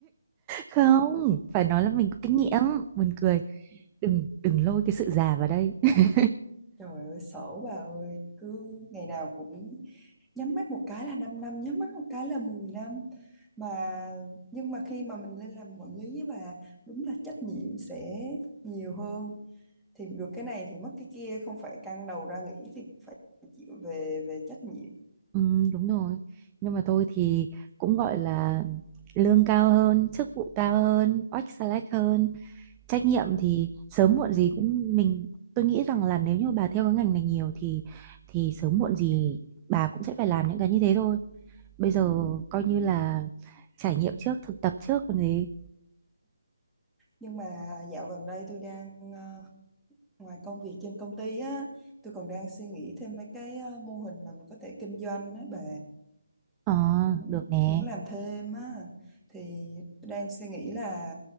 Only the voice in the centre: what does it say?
trời ơi sợ bà ơi cứ ngày nào cũng nhắm mắt một cái là 5 năm nhắm mắt một cái là 10 năm mà nhưng mà khi mà mình lên làm quản lý với bà đúng là trách nhiệm sẽ nhiều hơn thì được cái này thì mất cái kia không phải căng đầu ra nghĩ thì phải chịu về về trách nhiệm
ừ.
nhưng mà dạo gần đây tôi đang ờ, ngoài công việc trên công ty á tôi còn đang suy nghĩ thêm mấy cái ờ, mô hình mà mình có thể kinh doanh á bà
muốn
muốn làm thêm á thì tôi đang suy nghĩ là